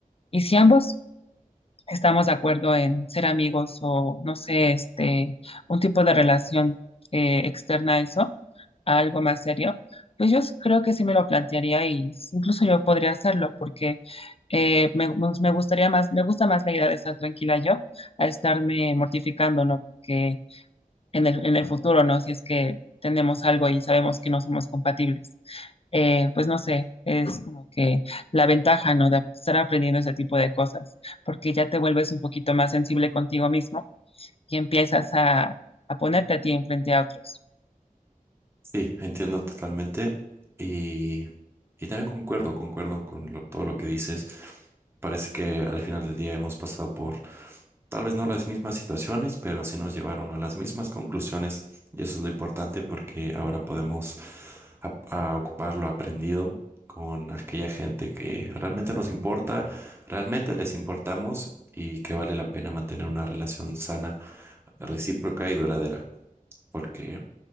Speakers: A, on the left; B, on the right.
A: Y si ambos estamos de acuerdo en ser amigos o, no sé, este, un tipo de relación eh, externa a eso, a algo más serio, pues yo s- creo que sí me lo plantearía y s- incluso yo podría hacerlo porque eh, me, me me gustaría más, me gusta más la idea de estar tranquila yo a estarme mortificando, ¿no? Porque en el, en el futuro, ¿no? Si es que tenemos algo y sabemos que no somos compatibles eh, pues no sé, es como que la ventaja, ¿no? De estar aprendiendo ese tipo de cosas, porque ya te vuelves un poquito más sensible contigo mismo y empiezas a, a ponerte a ti enfrente a otros.
B: Sí, entiendo totalmente y, y también concuerdo, concuerdo con lo- todo lo que dices. Parece que al final del día hemos pasado por tal vez no las mismas situaciones, pero sí nos llevaron a las mismas conclusiones y eso es lo importante porque ahora podemos ap- a ocupar lo aprendido con aquella gente que realmente nos importa, realmente les importamos y que vale la pena mantener una relación sana, recíproca y duradera. Porque